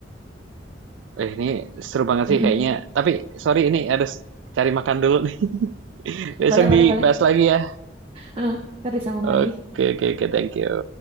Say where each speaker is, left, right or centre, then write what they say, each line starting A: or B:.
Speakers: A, on the right; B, on the right.
A: Eh, ini seru banget
B: Heeh.
A: sih kayaknya. Tapi sorry ini harus cari makan dulu nih. <laughs> Besok
B: Boleh, boleh,
A: dibahas
B: boleh.
A: lagi ya.
B: Heeh, ntar disambung lagi.
A: Oke, oke, oke, thank you.